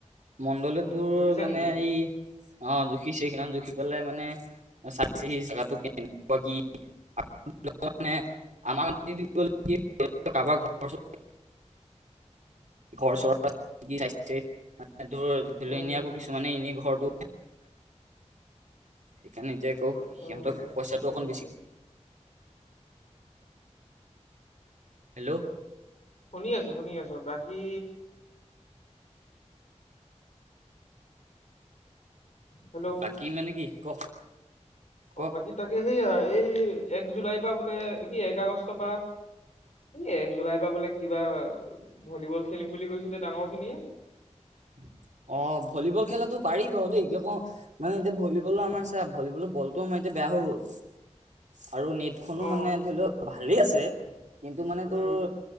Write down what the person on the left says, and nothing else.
উম
জুখিছে
নেকি
উম
উম
উম
শুনি আছো শুনি আছো বাকী হেল্ল',
অ, বাকী তাকে সেইয়া এই এক জুলাইৰ পৰা বোলে কি এক আগষ্টৰ পৰা এই এক জুলাইৰ পৰা বোলে কিবা ভলীবল খেলিম বুলি কৈছিলে ডাঙৰ খিনিয়ে
অ
উম